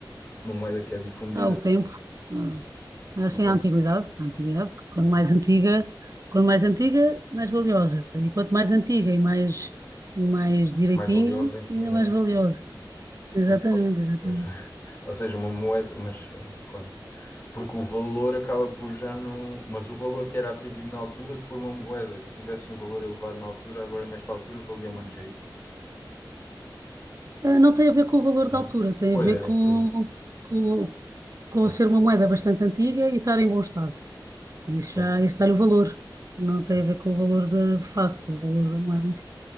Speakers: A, on the left; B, on the right.
A: uma moeda que é difundida
B: Há o tempo,
A: pelo,
B: há,
A: não sei,
B: assim,
A: o tempo,
B: a antiguidade,
A: pois,
B: a antiguidade, quanto
A: eh,
B: mais antiga, quanto mais antiga, mais valiosa. E quanto mais antiga e mais, e mais direitinha,
A: mais valiosa em si,
B: ainda
A: não
B: mais
A: é?
B: valiosa. Exatamente,
A: Isso,
B: exatamente.
A: pois. <laughs> Ou seja, uma moeda, mas eh, claro. Porque o valor acaba por já não. Mas o valor que era atribuído na altura, se for uma moeda que tivesse um valor elevado na altura, agora nesta altura valia mais, é isso?
B: Eh, Não tem a ver com o valor
A: Não?
B: da altura, tem
A: Pois
B: a ver
A: era isso que eu.
B: com, com
A: Sim.
B: ser uma moeda bastante antiga e estar em bom estado. Isso
A: Com,
B: já, isso dá-lhe o valor. Não
A: com,
B: tem a ver com o valor da de face, o valor da moeda em si.